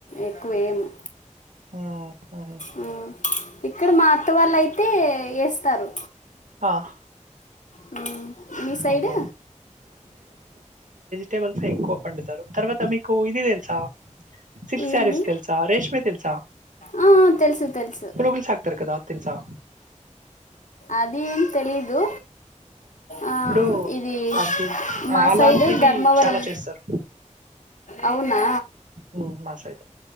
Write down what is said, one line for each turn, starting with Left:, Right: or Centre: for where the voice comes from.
Left: ఎక్కువ వేయము
Right: ఊ హు
Left: ఊ ఇక్కడ మా అత్త వాళ్ళు అయితే ఏస్తారు
Right: ఆహ్
Left: మీ మీ సైడు
Right: అవునా! తేవల్సే ఎక్కువ పండుతారు తర్వాత మీకు ఇది తెలుసా సిల్క్
Left: ఏంది
Right: శారీస్ తెల్సా రేష్మి తెల్సా
Left: ఆ, తెలుసు తెలుసు
Right: పులువీసక్కరు కదా అది తెలుసా
Left: అది ఏం తెలీదు ఆ
Right: ఇప్పుడు
Left: ఇది
Right: అది ఆ,
Left: మా
Right: అలాంటివి
Left: సైడు దర్ వరం
Right: చాలా చేస్తారు.
Left: అవునా
Right: హ్మ్. మా సైడ్.